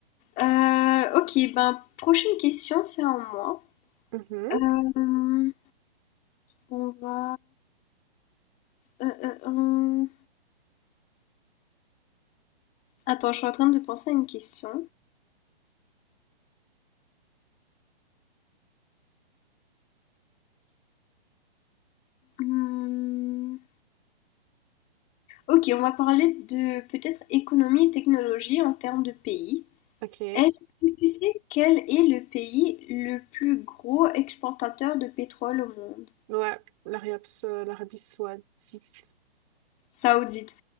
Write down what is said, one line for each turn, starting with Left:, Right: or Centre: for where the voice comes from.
Left: Euh, ok, ben prochaine question, c'est à moi.
Right: Mhm,
Left: Euh, on va. euh, euh, euh, Attends, je suis en train de penser à une question. Mmh. Ok, on va parler de peut-être économie et technologie en termes de pays.
Right: ok.
Left: Est-ce que tu sais quel est le pays le plus gros exportateur de pétrole au monde?
Right: Ouais, l'Arabie, l'Arabie Saoudite.
Left: Saoudite.